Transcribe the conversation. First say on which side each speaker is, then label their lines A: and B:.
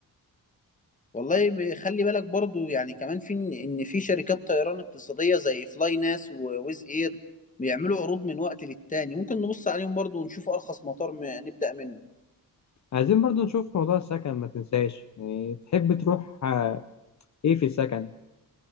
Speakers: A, on the left; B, on the left.
A: والله ب- خلي بالك برضو يعني كمان في ان إن في شركات طيران اقتصادية زي فلاي ناس وويز اير بيعملوا عروض من وقت للتاني ممكن نبص عليهم برضو ونشوف ارخص مطار م- نبدأ منه
B: عايزين برضو نشوف موضوع السكن ما تنساش يعني تحب تروح آه، ايه في السكن